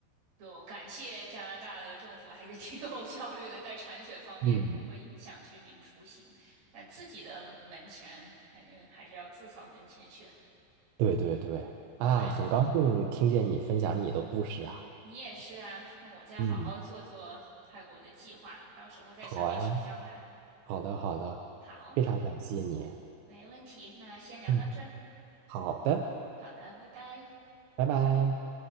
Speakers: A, on the right (about 55°); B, on the right (about 75°).
A: 就感谢加拿大的政府，还是 <laughs> 挺有效率的，在铲雪方面就不会影响居民出行，
B: 嗯
A: 但自己的门前反正还是要自扫门前雪。
B: 对对对，啊，
A: 对，
B: 很高兴听见你分享你的故事啊。
A: 你也是啊，那我再好好做做泰国的计划，
B: 嗯，
A: 到时候再向你请教哈。
B: 好呀。好的，好的，
A: 好，
B: 非常感谢你。
A: 没问题，那先聊到这儿。
B: 嗯，好的，
A: 好的，拜拜。
B: 拜拜。